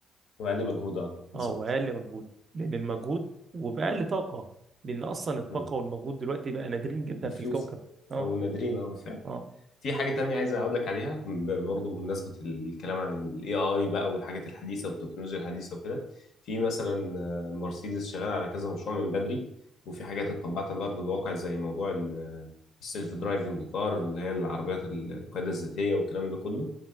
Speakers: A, on the left; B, on the right.
A: وأقل مجهود آه بالظبط
B: اه واقل مجهود لان المجهود وباقل طاقه لان اصلا الطاقه
A: مم.
B: والمجهود دلوقتي بقى نادرين جدا
A: بفلوس
B: في الكوكب اه
A: أو نادرين آه بالفعل
B: اه
A: في حاجة تانية عايز أقول لك عليها ب- برضه بمناسبة الكلام عن ال AI بقى والحاجات الحديثة والتكنولوجيا الحديثة وكده في مثلا آه، مرسيدس شغال على كذا مشروع من بدري وفي حاجات اتطبقت على أرض الواقع زي موضوع ال- السيلف درايفنج كار اللي هي العربيات ال- القيادة الذاتية والكلام ده كله